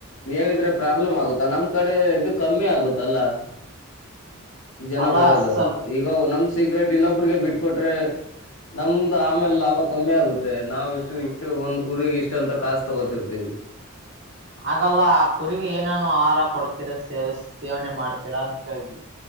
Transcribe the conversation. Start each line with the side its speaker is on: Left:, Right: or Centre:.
Left: ಹೇಳಿದ್ರೆ ಪ್ರಾಬ್ಲಮ್ ಆಗುತ್ತಾ ನಮ್ ಕಡೆ ಇದು ಕಮ್ಮಿ ಆಗುತ್ತಲ್ಲ ಜನ
Right: ಅಲ್ಲ
Left: ಬರೋದು
Right: ಸ್ವಲ್ಪ
Left: ಈಗ ನಮ್ ಸೀಕ್ರೆಟ್ ಇನ್ನೊಬ್ಬ ಕೊಬ್ರರಿಗೆ ಬಿಟ್ಕೊೊಟ್ರೆ ನಮ್ದ ಆಮೇಲೆ ಅವ ಕಮ್ಮಿ ಆಗುತ್ತೆ ನಾವವು ಇಷ್ಟು ಇಷ್ಟು ಒಂದ್ ಕುರಿರಿಗೆ ಇಷ್ಟು ಅಂತ ಕಾಸ್ ತಗೋತಿರ್ತೀವಿ
Right: ಹಾಗಲ್ಲ ಆ ಕುರಿಗ ಏನೇನು ಆರ ಕೊಡ್ತೀರಾ ಸೇವ ಸೇವನೆ ಮಾಡ್ತೀರಾ ಅಂತ ಕಿ